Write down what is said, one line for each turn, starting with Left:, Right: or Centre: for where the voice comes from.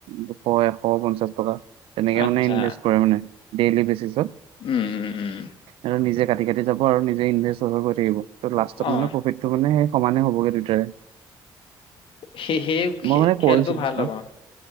Right: দুশ, এশ, পঞ্চাশ টকা। তেনেকে
Left: আচ্ছা
Right: মানে ইনভেষ্ট কৰে মানে ডেইলি বেচিছত।
Left: উম উম উম
Right: আৰু নিজে কাটি কাটি যাব আৰু নিজে ইনভেষ্ট হৈ গৈ থাকিব। ত' লাষ্টত
Left: অ
Right: মানে প্ৰফিট সেটো মানে সেই সমানে হ'বগে দুয়টাৰে।
Left: সেই সেই
Right: মই মানে
Left: খেলটো
Right: কৰিছিলো
Left: ভাল লগা।